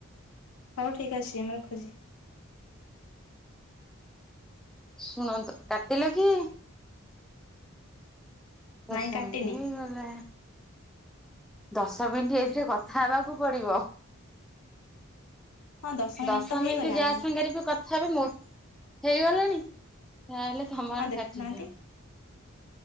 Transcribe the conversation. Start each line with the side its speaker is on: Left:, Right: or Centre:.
Left: ହଉ ଠିକ ଅଛି ମୁଁ ରଖୁଛି।
Centre: ଶୁଣନ୍ତୁ, କାଟିଲ କି? ଦଶ
Left: ନାଇଁ କାଟିନି।
Centre: ମିିନଟ ହେଇଗଲା। ଦଶ ମିନିଟ ଏଥିରେ କଥା ହେବାକୁ ପଡିବ।
Left: ହଁ ମିନିଟ୍
Centre: ଦଶ
Left: ତ ହେଇଗଲାଣି
Centre: ମିନିଟ ଯାହା ସାଙ୍ଗରେ ବି କଥା ତଥାପି ମୋ ହେଇଗଲାଣି ତାହେଲେ ଥମ
Left: ହଁ
Centre: ଆଡୁ
Left: ଦେଖୁନାହାନ୍ତି।
Centre: କାଟି ଦିଅ।